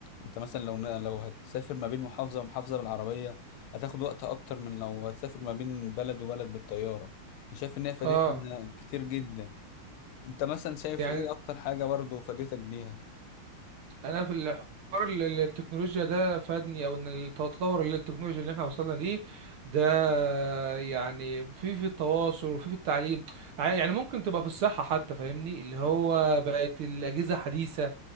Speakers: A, on the left; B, on the right.
A: أنت مثلا لو لو هتسافر ما بين محافظة ومحافظة بالعربية هتاخد وقت اكتر من لو هتسافر ما بين بلد وبلد بالطيارة أنا شايف ان هي فادتنا
B: اه
A: كتير جدا انت مثلا شايف
B: يعني
A: ايه اكتر حاجة برضو فادتك بيها
B: انا في الحوار ال- ال- التكنولوجيا ده فادني او ان التطور اللي التكنولوجيا اللي احنا وصلنا ليه ده يعني في في التواصل وفي في التعليم ع- يعني ممكن تبقى في الصحة حتى فاهمني اللي هو بقت الأجهزة حديثة